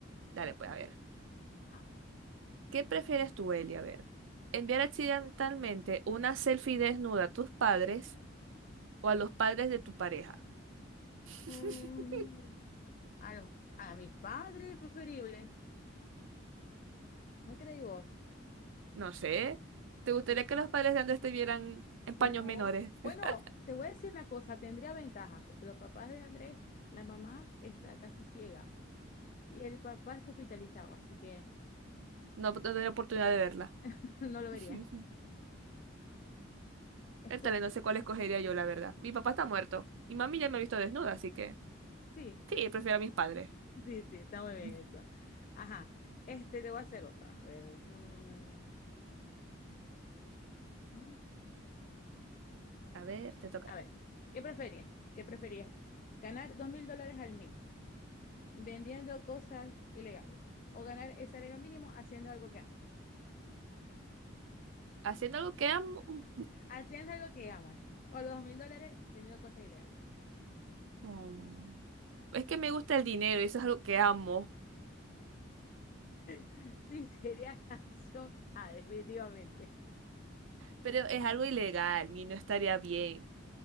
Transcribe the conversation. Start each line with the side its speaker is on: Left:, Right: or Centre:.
Right: dale pues, a ver.
Left: Ajá.
Right: ¿Qué prefieres tú, Eli? A ver. ¿Enviar accidentalmente una selfie desnuda a tus padres o a los padres de tu pareja? <laughs>
Left: Mm, a, los- a mis padres, preferible. ¿No creí vos?
Right: No sé. ¿Te gustaría que los padres de Andrés te vieran en
Left: No.
Right: paños menores? <laughs>
Left: Bueno, te voy a decir una cosa, tendría ventajas, porque los papás de Andrés, la mamá está casi ciega y el papá está hospitalizado, así que
Right: No, no tener oportunidad de verla.
Left: <laughs> no lo vería.
Right: <laughs>
Left: Eso-
Right: El tal, no sé cuál escogería yo, la verdad. Mi papá está muerto. Mi mami ya me ha visto desnuda, así que
Left: Sí.
Right: sí, prefiero a mis padres.
Left: Sí, sí, está muy bien
Right: <laughs>
Left: eso. Ajá, este te voy a hacer otra. A ver. mm, mm,
Right: A ver, te toca.
Left: a ver, ¿qué preferías? ¿Qué preferías? ¿Ganar dos mil dólares al mes vendiendo cosas ilegales? ¿O ganar el salario mínimo haciendo algo que amas?
Right: Haciendo algo que amo.
Left: Haciendo algo que amas. O los dos mil dólares teniendo cosas ilegales.
Right: Mm. Es que me gusta el dinero, eso es algo que amo,
Left: <laughs> Sí, sería la acción A, definitivamente.
Right: pero es algo ilegal y no estaría bien.